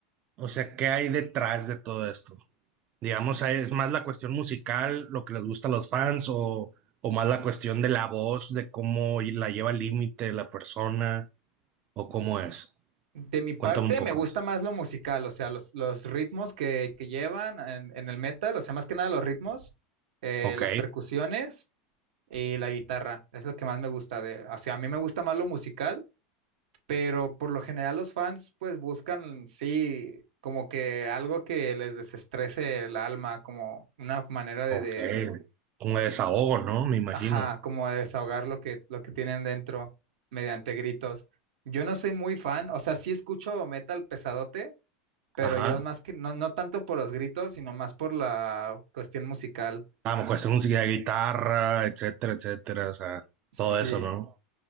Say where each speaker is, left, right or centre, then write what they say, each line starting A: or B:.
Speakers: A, on the right; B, on the right.
A: O sea, ¿qué hay detrás de todo esto? Digamos, ¿es más la cuestión musical, lo que les gusta a los fans, o, o más la cuestión de la voz, de cómo y- la lleva al límite la persona, o cómo es?
B: De mi parte,
A: Cuéntame un poco
B: me gusta
A: de eso.
B: más lo musical, o sea, los, los ritmos que, que llevan en, en el metal, o sea, más que nada los ritmos, eh,
A: Ok,
B: las percusiones y la guitarra. Es lo que más me gusta de, o sea, a mí me gusta más lo musical pero por lo general los fans pues buscan, sí, como que algo que les desestrese el alma, como una manera de,
A: ok.
B: de,
A: Un desahogo, ¿no? Me imagino.
B: ajá, como de desahogar lo que, lo que tienen dentro mediante gritos. Yo no soy muy fan, o sea, sí escucho metal pesadote, pero
A: Ajá.
B: yo más que, no, no tanto por los gritos, sino más por la cuestión musical.
A: Ah, cuestión música de guitarra, etcétera, etcétera. O sea,
B: Sí,
A: todo eso, ¿no?